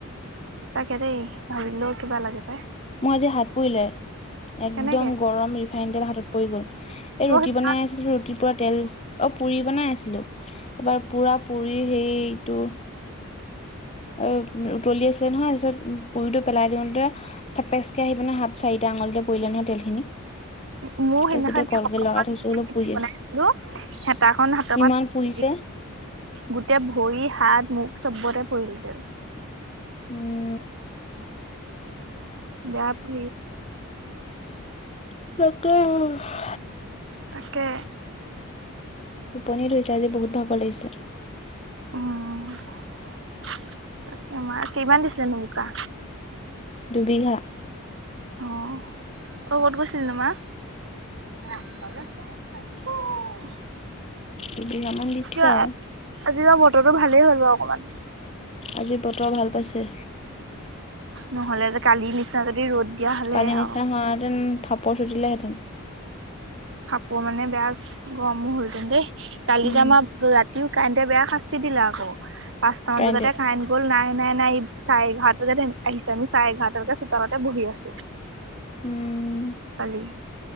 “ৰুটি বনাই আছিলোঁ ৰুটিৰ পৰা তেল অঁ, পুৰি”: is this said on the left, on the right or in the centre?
Left